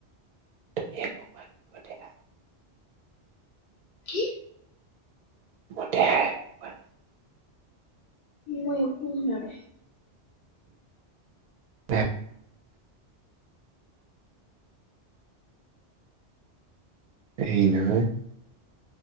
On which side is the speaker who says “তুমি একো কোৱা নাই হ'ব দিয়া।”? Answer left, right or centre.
Right